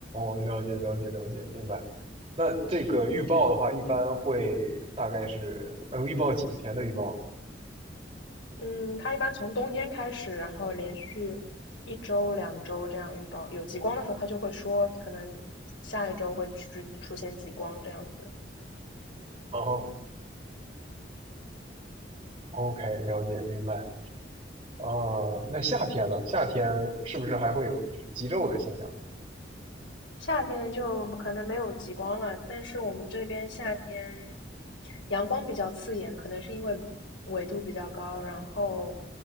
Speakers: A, on the right (about 25°); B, on the left (about 90°).
A: 哦，了解了解了解，明白。那这个预报的话，一般会大概是能预报几天的预报呢？
B: 嗯，它一般从冬天开始，然后连续一周、两周这样预报，有极光的时候，它就会说可能下一周会出出现极光这样子。
A: 啊哈，OK，了解明白。啊，那夏天呢？夏天是不是还会有极昼的现象？
B: 夏天就可能没有极光了，但是我们这边夏天阳光比较刺眼，可能是因为纬度比较高，然后